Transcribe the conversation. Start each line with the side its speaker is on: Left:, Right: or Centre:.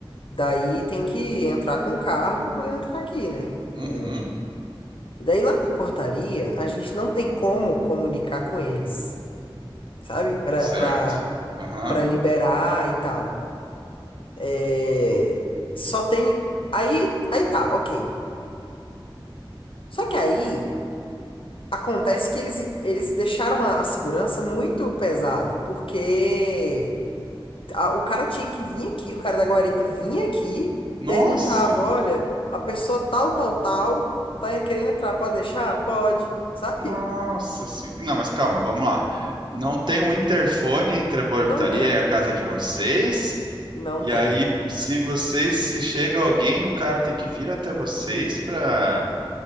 Left: Daí tem que entrar com o carro pra poder entrar aqui, né?
Right: Uhum,
Left: É, e daí lá na portaria, a gente não tem como comunicar com eles, sabe? Pra,
Right: certo.
Left: pra,
Right: Aham.
Left: pra liberar e tal. É, só tem. Aí, aí tá, ok. Só que aí acontece que eles, eles deixaram a, a segurança muito pesada, porque a- o cara tinha que vir aqui, o cara da guarita vinha aqui,
Right: Nossa,
Left: perguntava: olha, a pessoa tal, tal, tal, tá querendo entrar, pode deixar? Pode, sabe?
Right: nossa, sim. Não, mas calma, vamos lá. Não tem um interfone entre a portaria
Left: Não tem,
Right: e a casa de vocês?
Left: não
Right: E
Left: tem.
Right: aí, se vocês, se chega alguém, o cara tem que vir até vocês pra...